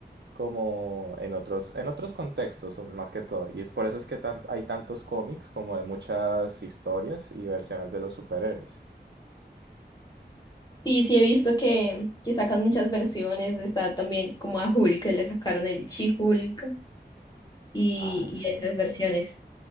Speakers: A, on the right; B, on the left.
A: como en otros, en otros contextos son más que todo. Y es por eso es que tan- hay tantos cómics como de muchas historias y versiones de los superhéroes.
B: Sí, sí he visto que, que sacan muchas versiones. Está también como a Hulk, que le sacaron el She-Hulk y,
A: Ah,
B: y
A: sí,
B: esas versiones.